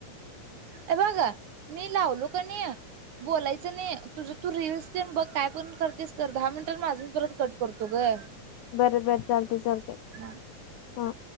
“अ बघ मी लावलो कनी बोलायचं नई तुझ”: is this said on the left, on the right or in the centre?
Right